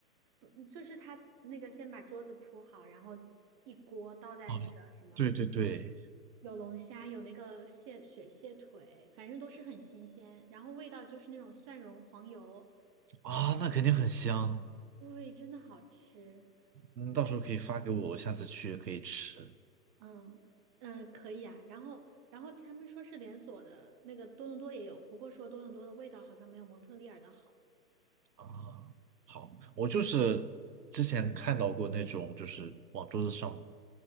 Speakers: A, on the right; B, on the right.
A: 不就是他那个先把桌子铺好，然后一锅倒在那个什么
B: 啊，对对对，
A: 有龙虾，有那个蟹雪蟹腿，反正都是很新鲜，然后味道就是那种蒜蓉黄油，
B: 啊，那肯定很香。
A: 对，真的好吃，
B: 嗯，到时候可以发给我，我下次去也可以吃。
A: 嗯嗯，呃可以啊，然后然后他们说是连锁的，那个多伦多也有，不过说多伦多的味道好像没有蒙特利尔的好，
B: 啊，好，我就是之前看到过那种，就是往桌子上